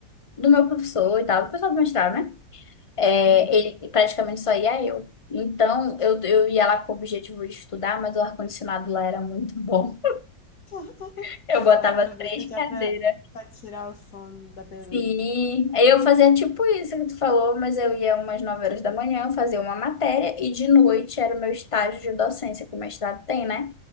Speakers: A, on the left; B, on the left.
A: do meu professor e tal, do pessoal do mestrado, né? É,
B: Uhum.
A: ele praticamente só ia eu. Então, eu, eu ia lá com o objetivo de estudar, mas o ar-condicionado lá era muito bom.
B: <laughs>
A: <laughs> Eu botava
B: Aí aproveita
A: três
B: já
A: cadeiras.
B: pra, pra tirar o sono da beleza.
A: Sim, eu fazia tipo isso que tu falou, mas eu ia umas 9 horas da manhã, eu fazia uma matéria e de noite era o meu estágio de docência, que o mestrado tem, né?